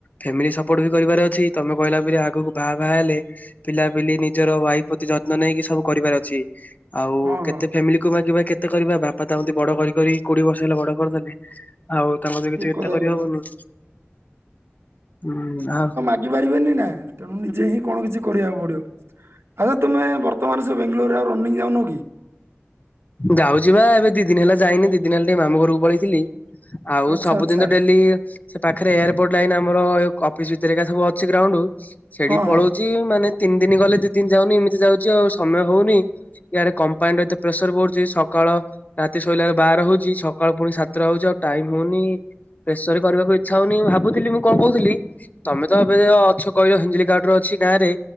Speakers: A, on the left; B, on the right.
A: ଫ୍ୟାମିଲି ସପୋର୍ଟ ବି କରିବାର ଅ ଛି ତମେ କହିଲା ପରିଆ ଆଗକୁ ବାହା ବାହା ହେଲେ ପିଲାପିଲି ନିଜର ୱାଇଫ ପ୍ରତି ଯତ୍ନ ନେଇକି ସବୁ କରିବାର ଅଛି ଆଉ-ଉ
B: ହଁ
A: କେତେ
B: ହଁ
A: ଫ୍ୟାମିଲି କୁ ମାଗିବା କେତେ କରିବା ବାପା ଆମତିକି ବଡ କରି କରି କୋଡିଏ ବର୍ଷ ହେଲା ବଡ କରିଦେଲେ ଆଉ ତାଙ୍କୁ ତ କିଛି
B: ଠିକ
A: ଏତେ
B: କଥା
A: କରି
B: କହିଲ।
A: ହବନି ହୁଁ ଆ
B: ବୁଝି ପାରିବେନି ନାଁ ତେଣୁ ନିଜେ ହିଁ କଣ କିଛି କରିବାକୁ ପଡିବ ଆଚ୍ଛା ତୁମେ ବର୍ ତମମାନେ ସେ ବେଙ୍ଗଲୋରରେ ଆଉ ରନିଂ ଯାଉନ କି?
A: ଯାଉଛି ବା ଏବେ ଦି ଦିନ ହେଲା ଯାଇନି ଦି ଦିନ ହେଲା ଟିକେ ମାମୁ ଘରକୁ ପଳେଇଥିଲି ଆଉ
B: ଆଚ୍ଛା
A: ସବୁଦିନ
B: ଆଚ୍ଛା
A: ତ ଡେଲିଇ ସେ ପାଖରେ ଏୟାରପୋର୍ଟ ଲାଇନ ଆମର-ଅ ଅଫିସ ଭିତରେ ଏକା ସବୁ ଅଛି ଗ୍ରାଉଣ୍ଡ ସେଇଠିକି
B: ହଁ
A: ପଳଉଛି
B: ହଁ
A: ତି ମାନେ ତିନି ଦିନ ଗଲେ ଦି ଦିନ ଯାଉନି ଏମିତି ଯାଉଛି ଆଉ ସମୟ ହଉନି ଇଆଡେ କମ୍ପାଇନର ଏତେ ପ୍ରେସର ବ ଚି ସକାଳ ରାତି ଶୋଇଲାଳୁ ବାର ହଉଛି ସକାଳ ପୁଣି ସାତଟା ହଉଛି ଆଉ ଟାଇମ ହଉନି ପ୍ରେଶରେ କରିବାକୁ ଇଚ୍ଛା ହଉନି ମୁ ଭାବୁଥିଲି ମୁଁ କଣ କହୁଥିଲି ତମେ ତ ଏବେ ଅଛ କହିଲ ହିଞ୍ଜିଲିକାଟୁ ରେ ଅଛି ଗାଁ ରେ